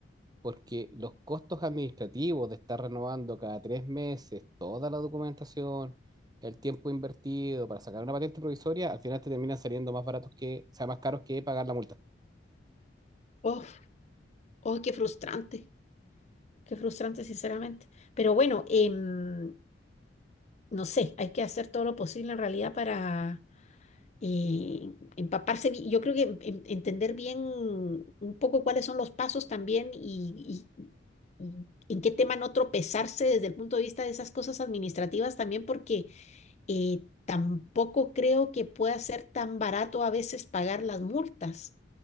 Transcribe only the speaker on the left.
oh, oh, qué frustrante, qué frustrante sinceramente, pero bueno, em, no sé, hay que hacer todo lo posible en realidad para eh, empaparse. bi- Yo creo que en- entender bien un poco cuáles son los pasos también y, y- y en qué tema no tropezarse desde el punto de vista de esas cosas administrativas también, porque eh, tampoco creo que pueda ser tan barato a veces pagar las multas.